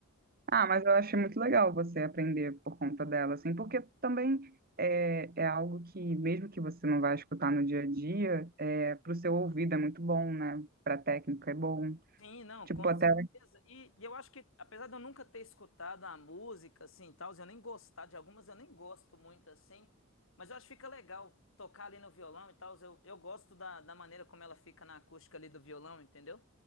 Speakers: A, on the right (about 45°); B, on the left (about 65°).
A: Ah, mas eu achei muito legal você aprender por conta dela, assim, porque também é, é algo que, mesmo que você não vá escutar no dia a dia, é, para o seu ouvido é muito bom, né? Para técnica é bom.
B: Sim, não,
A: Tipo,
B: com
A: até
B: certeza. E, e eu acho que, apesar de eu nunca ter escutado a música, assim, e tal, eu nem gostar de algumas, eu nem gosto muito, assim, mas eu acho que fica legal tocar ali no violão e tal, eu, eu gosto da, da maneira como ela fica na acústica ali do violão, entendeu?